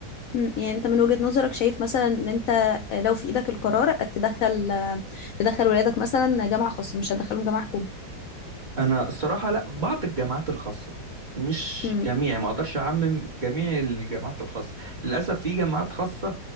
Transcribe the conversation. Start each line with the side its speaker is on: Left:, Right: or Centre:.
Left: امم يعني انت من وجهه نظرك شايف مثلا ان انت آه، لو في ايدك القرار تدخل تدخل ولادك مثلا جامعه خاصه مش هتدخلهم جامعه حكومه
Right: انا الصراحه لا بعض الجامعات الخاصه مش
Left: مم.
Right: جميع ما اقدرش اعمم جميع الجامعات الخاصه للاسف في جامعات خاصه